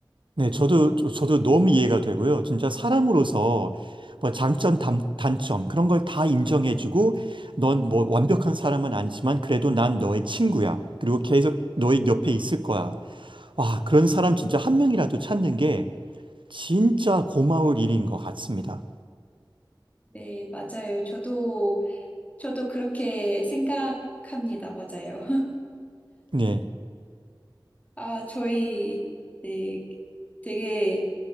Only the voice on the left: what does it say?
네, 맞아요. 저도, 저도 그렇게 생각합니다. 맞아요.
아, 저희, 네, 되게